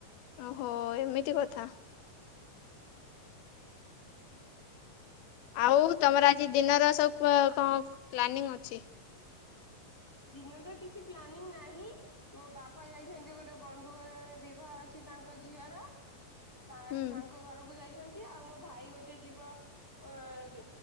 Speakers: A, on the left; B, in the centre.
A: ଓହୋ ଏମିତି କଥା। ଆଉ ତମର ଆଜି ଦିନର ସବୁ ପ କଣ ପ୍ଲାନିଂ ଅଛି?
B: ଦିନରେ ତ କିଛି ପ୍ଲାନିଂ ନାହିଁ। ମୋ ବାପା ଯାଇଚନ୍ତି ଗୋଟେ ବନ୍ଧୁ ଘରରେ ବିବାହ ଅଛି ତାଙ୍କ ଝିଅର। ସାଏ
A: ହୁଁ
B: ତାଙ୍କ ଘରକୁ ଯାଇଚନ୍ତି ଆଉ ମୋ ଭାଇ ଗୋଟେ ଯିବ ଅଂ